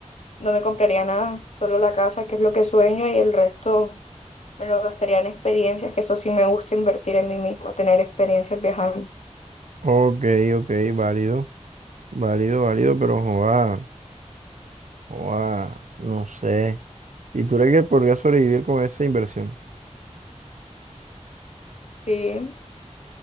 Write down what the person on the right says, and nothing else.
Ok, ok, válido, válido, válido, pero joder, joder, no sé. ¿Y tú crees que podrías sobrevivir con esa inversión?